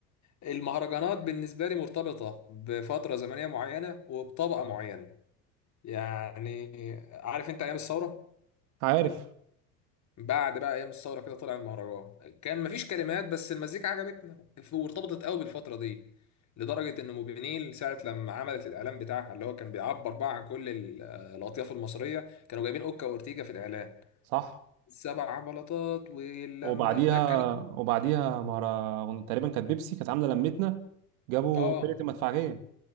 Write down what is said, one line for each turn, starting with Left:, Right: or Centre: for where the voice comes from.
Left: المهرجانات بالنسبه لي مرتبطه بفتره زمنيه معينه وبطبقه معينه يعني عارف انت ايام الثوره
Right: عارف
Left: بعد بقى ايام الثوره كده طلع المهرجان كان مفيش كلمات بس المزيكا عجبتنا وارتبطت قوي بالفتره دي لدرجه ان موبينيل ساعه لما عملت الاعلان بتاعها اللي هو كان بيعبر بقى عن كل ال- آه، الاطياف المصريه كانوا جايبين اوكا واورتيجا في الاعلان
Right: صح
Left: السبع بلاطات ولما
Right: وبعديها
Left: في ده كان
Right: وبعديها مهرجان تقريبا كانت بيبسي كانت عامله لمتنا جابوا
Left: اه
Right: فرقه المدفعجيه